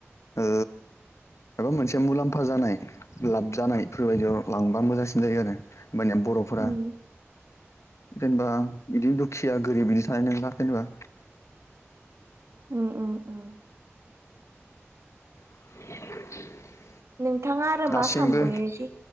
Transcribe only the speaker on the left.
ओ एबा मोनसे मुलाम्फा जानाय लाब जानायफोरबायदियाव लांबा मोजांसिन जायो आरो। माने बर'फोरा।
जेनेबा बिदिनो दुखिया गोरिब बिदि थानाय नंला जेनेबा।
<inaudible>
दासिमबो